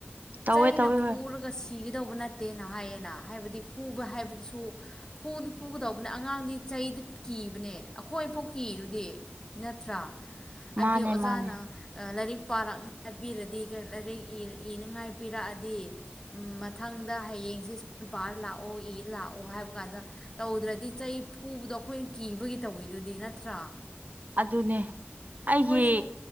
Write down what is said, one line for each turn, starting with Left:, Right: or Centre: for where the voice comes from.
Right: ꯇꯧꯋꯦ
Left: ꯆꯩꯅ
Right: ꯇꯧꯋꯦ
Left: ꯐꯨꯔꯒ
Right: ꯍꯣꯏ
Left: ꯁꯤ ꯀꯤꯒꯗꯧꯕ ꯅꯠꯇꯦꯅ ꯍꯥꯏꯌꯦꯅ ꯍꯥꯏꯕꯗꯤ ꯐꯨꯕ ꯍꯥꯏꯕꯗꯨꯁꯨ ꯐꯨꯗꯤ ꯐꯨꯒꯗꯧꯕꯅꯤ ꯑꯉꯥꯡꯗꯤ ꯆꯩꯗꯤ ꯀꯤꯕꯅꯦ ꯑꯩꯈꯣꯏꯐꯥꯎ ꯀꯤꯔ ꯗꯤ ꯅꯠꯇ꯭ꯔꯥ ꯍꯥꯏꯕꯗꯤ
Right: ꯃꯥꯅꯦ
Left: ꯑꯣꯖꯥꯅ
Right: ꯃꯥꯅꯦ
Left: ꯂꯥꯏꯔꯤꯛ ꯄꯥꯔꯛꯅ ꯄꯤꯔꯗꯤ ꯂꯥꯏꯔꯤꯛ ꯏꯅꯉꯥꯏ ꯄꯤꯔꯛꯑꯗꯤ ꯃꯊꯪꯗ ꯍꯌꯦꯡ ꯑꯣꯑꯣ ꯍꯥꯏ ꯀ ꯇꯧꯗ꯭ꯔ ꯐ ꯑꯩꯣꯏꯅꯤ ꯑꯗꯨꯒꯤ ꯇꯧꯋꯤꯗꯨꯗꯤ ꯅꯠꯇ꯭ꯔꯥ
Right: ꯑꯗꯨꯅꯦ ꯑꯩꯒꯤ
Left: ꯃꯣꯏꯁꯨ